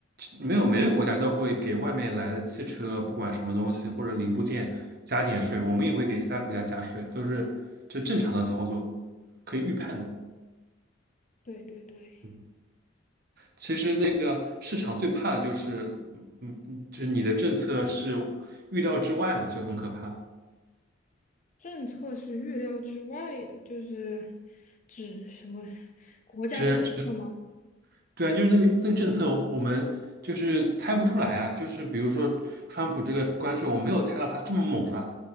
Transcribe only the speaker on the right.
没有每个国家都会给外面来的汽车，不管什么东西或者零部件加点税，我们也会给其他国家加税，都是这正常的操作，可以预判的。
嗯，其实那个市场最怕的就是，嗯嗯，就是你的政策是预料之外的，就很可怕。
只对啊，就是那个那个政策，我们就是猜不出来啊。就是比如说，川普这个关税，我没有猜到他这么猛啊。